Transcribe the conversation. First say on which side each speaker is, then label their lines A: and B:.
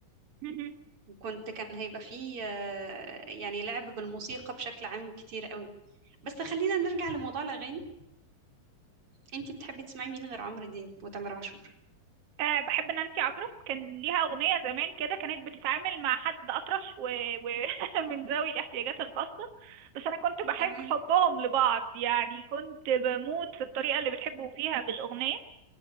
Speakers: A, on the right; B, on the right.
A: <laughs>
B: وكنت كان هيبقى فيه آه، يعني لعب بالموسيقى بشكل عام كتير قوي بس خلينا نرجع لموضوع الأغاني انتي بتحبي تسمعي مين غير عمرو دياب وتامر عاشور
A: أه بحب نانسي عجرم كان ليها أغنية زمان كده كانت بتتعامل مع حد أطرش ومن و... و- <laughs> من ذوي الاحتياجات الخاصة بس أنا كنت بحب
B: تمام
A: حبهم لبعض يعني كنت بموت في الطريقة اللي بتحبوا فيها بالأغنية